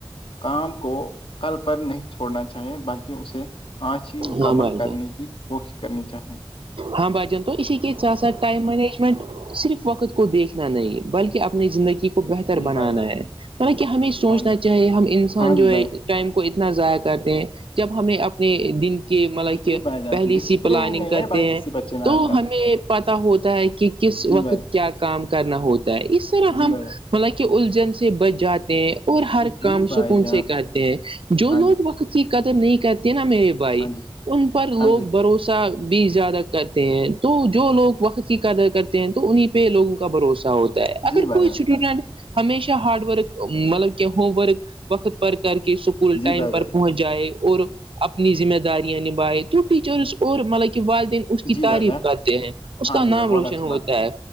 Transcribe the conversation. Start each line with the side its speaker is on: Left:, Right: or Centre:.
Left: کام کو کل پر نہیں چھوڑنا چاہیے بلکہ اسے آنسییں مکمل
Right: ہاں بھائی
Left: کرنے
Right: جان
Left: کی کوشش کرنی چاہیں
Right: ہاں بھائی جان تو اسی کے چار سات ٹائم میں نے منٹ صرف وقت کو دیکھنا نہیں بلکہ اپنی زندگی کو بہتر
Left: جی
Right: بنانا
Left: بھیا
Right: ہے حالکہ ہمیں سوچنا
Left: ہاں جی
Right: چاہیے ہم انسان
Left: ہاں
Right: جو
Left: جی
Right: ہے
Left: بھیا
Right: ٹائم اتنا ضائع کرتے ہیں جب ہمیں اپنے دن کہ مطلب
Left: جی
Right: کہ
Left: بھائی جان
Right: پہلی
Left: ڈسپلن
Right: سی پلاننگ
Left: ہی نہیں
Right: کرتے
Left: ہے بھائی
Right: ہیں
Left: کسی بچے میں
Right: تو
Left: آج کل
Right: ہمیں پت ہوتا ہے کہ کس
Left: جی
Right: وقت
Left: بھائی
Right: کیا کام کرنا ہوتا ہے اس طرح
Left: جی
Right: ہم
Left: بھائی جان
Right: حالکہ الجھن سے بچ جاتے ہیں اور ہر
Left: جی
Right: کام
Left: بھائی
Right: سکون
Left: جان
Right: سے کرتے ہیں جو
Left: ہاں
Right: لوگ
Left: جی
Right: وقت کی قدر نہیں کرتے نا میرے آئی
Left: ہاں جی
Right: ان پر لوگ
Left: ہاں جی
Right: بھروسے وہ بھی زیادہ کرتے ہیں تو جو لوگ وقت کی قدر کرتے ہیں تو انہیں پہ لوگوں کا بھروسہ ہوتا ہے
Left: جی
Right: اگر
Left: بھائی
Right: کوئی
Left: جان
Right: اسٹوڈنٹ ہمیشہ ہاڈ ورک مطلب کہ ہوم ورک وقت پر کر کے اسکول
Left: جی
Right: ٹائم
Left: بھائی
Right: پر
Left: جان
Right: پہنچ جائے اور اپنی ذمہ داریاں نبھائے تو ٹیچر اور مطلب والدین اس کی
Left: جی
Right: تعریف
Left: بھائی جان
Right: کرتے ہیں اس
Left: ہاں
Right: کا نام
Left: جی بھائی بہت
Right: روشن
Left: اچھی
Right: ہوتا
Left: بات کہیں
Right: ہے